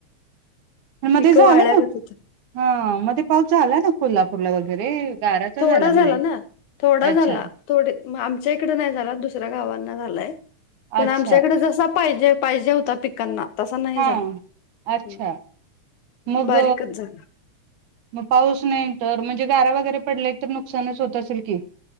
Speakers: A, on the right; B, on the left.
A: मध्ये
B: पिकं
A: झालंय
B: वाळल्यागत
A: ना
B: होत
A: हा मध्ये पाऊस झालाय ना कोल्हापूरला वगैरे गाराचा
B: थोडा
A: म्हणे
B: झाला ना थोडा
A: अच्छा
B: झाला थोडे आमच्या इकडे नाही झाला दुसऱ्या गावांना झालंय पण
A: अच्छा
B: आमच्याकडे जा पाहिजे पाहिजे होता पिकांना तस नाही
A: हा
B: झाला्
A: अच्छा मग
B: बारीकच झालं
A: मग पाऊस नाही तर म्हणजे गारा वगैरे पडले तर नुकसानच होत असेल की